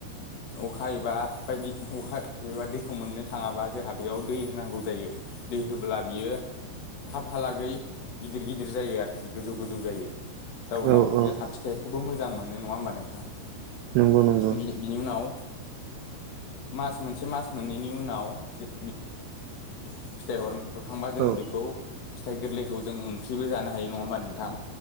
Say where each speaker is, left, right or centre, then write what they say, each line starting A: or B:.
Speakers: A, on the left; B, on the right.
A: अखा एबा बायदि अखा एबा दैखौ मोननो थाङाबा जोंहा बेयाव दै होनांगौ जायो। दै होब्ला बियो थाबहालागै गिदिर गिदिर जायो आरोखि गोजौ गोजौ जायो जाउनाव
B: औ औ
A: जोंहा फिथाइखौबो मोज जां मोनो नङा होमबा नोंथां
B: नंगौ नंगौ
A: बिनि बिनि उनाव मास मोनसे मास मोननैनि उनाव जे बे फिथाइ हर हरखांबा जोङो
B: औ
A: बेखौ फिथाइ गोरलैखौ जों ओंख्रिबो जानो हायो नङा होमबा नोंथां।